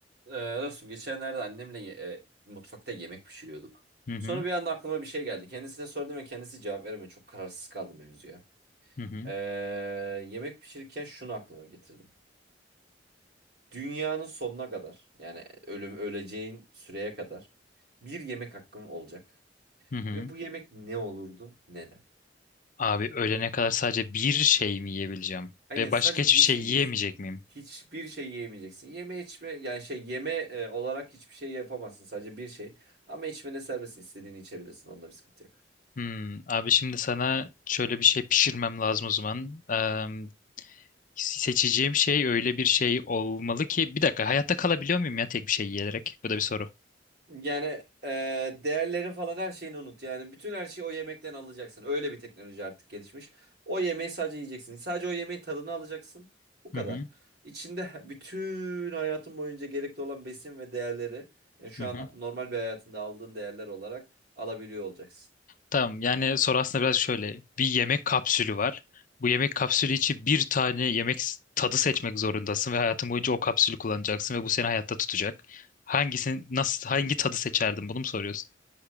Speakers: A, on the right; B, on the left.
A: Ee, dostum geçenlerde annemle e, mutfakta yemek pişiriyorduk.
B: Hı hı.
A: Sonra bir anda aklıma bir şey geldi. Kendisine sordum ve kendisi cevap veremedi. Çok kararsız kaldım mevzuya.
B: Hı hı.
A: Ee, yemek pişirirken şunu aklıma getirdim. Dünyanın sonuna kadar yani ölüm öleceğin süreye kadar bir yemek hakkım olacak.
B: Hı hı.
A: Ve bu yemek ne olurdu? Neden?
B: Abi ölene kadar sadece bir şey mi yiyebileceğim?
A: Aynen
B: Ve
A: sadece
B: başka hiçbir
A: bir
B: şey
A: şey
B: yiyemeyecek
A: yiyeceksin.
B: miyim?
A: Hiçbir şey yiyemeyeceksin. Yeme içme yani şey yeme e, olarak hiçbir şey yapamazsın. Sadece bir şey. Ama içmede serbestsin. İstediğini içebilirsin. Onda bir sıkıntı yok.
B: Hmm, abi şimdi sana şöyle bir şey pişirmem lazım o zaman. Eee, seçeceğim şey öyle bir şey olmalı ki bir dakika hayatta kalabiliyor muyum ya tek bir şey yiyerek? Bu da bir soru.
A: Yani e, değerlerin falan her şeyini unut. Yani bütün her şeyi o yemekten alacaksın. Öyle bir teknoloji artık gelişmiş. O yemeği sadece yiyeceksin. Sadece o yemeğin tadını alacaksın. Bu kadar.
B: Hı hı.
A: İçinde bütün hayatın boyunca gerekli olan besin ve değerleri yani şu
B: Hı hı.
A: an normal bir hayatında aldığın değerler olarak alabiliyor olacaksın.
B: Tamam yani soru aslında biraz şöyle. Bir yemek kapsülü var. Bu yemek kapsülü için bir tane yemek s- tadı seçmek zorundasın ve hayatın boyunca o kapsülü kullanacaksın ve bu seni hayatta tutacak. Hangisini nasıl hangi tadı seçerdin bunu mu soruyorsun?